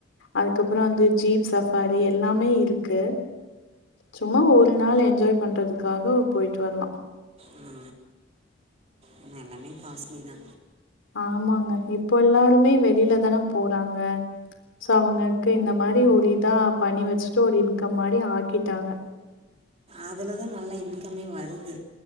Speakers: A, on the left; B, on the right.
A: அதுக்கப்ற வந்து சீப் சஃபாரி எல்லாமே இருக்கு சும்மா ஒரு நாள் என்ஜாய் பண்றதுக்காக போயிட்டு வர்லா
B: அ அனா எல்லாமே காஸ்ட்லி தா
A: ஆமாங்க இப்போ எல்லாருமே வெளில தான போறாங்க சோ அவங்களுக்கு இந்த மாரி ஒரு இதா பண்ணி வச்சுட்டு ஒரு இன்கம் மாரி ஆக்கிட்டாங்க
B: அதுலதா நல்லா இன்கமே வருது